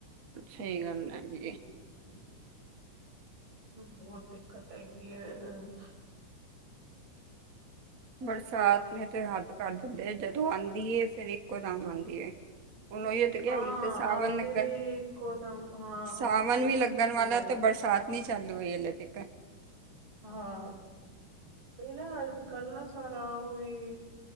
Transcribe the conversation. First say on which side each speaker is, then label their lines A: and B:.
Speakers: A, on the right; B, on the right.
A: ਸਹੀ ਗੱਲ ਐ
B: <unintelligible> ਬਹੁਤ ਦਿੱਕਤ ਹੈਗੀ ਹੈ ਅ
A: ਬਰਸਾਤ ਨੇ ਤੇ ਹੱਦ ਕਰ ਦਿੱਤੀ ਆ ਜਦੋਂ ਆਉਂਦੀ ਫੇਿਰ ਇੱਕੋ ਦਮ ਆਉਂਦੀ ਏ ਹੁਣ ਉਹੀ ਤੇ ਗਿਆ
B: ਹਾਂ
A: ਹੁਣ ਤੇ ਸਾਵਣ
B: ਆਂਦੀ
A: ਲੱਗਣ
B: ਵੀ ਇੱਕੋ ਦਮ ਹਾਂ
A: ਸਾਵਣ
B: ਹਾਂ ਸਹੀ
A: ਵੀ
B: ਕਹਿੰਦੇ
A: ਲੱਗਣ
B: ਪਏ
A: ਵਾਲਾ
B: ਹੋ
A: ਤੇ ਬਰਸਾਤ ਨਾ ਚਾਲੂ ਹੋਈ ਹਲ ਤੀਕ
B: ਹਾਂ ਉਹ ਨਾ ਅੱਜ ਕੱਲ ਨਾ ਸਾਰਾ ਉਹ ਵੀ,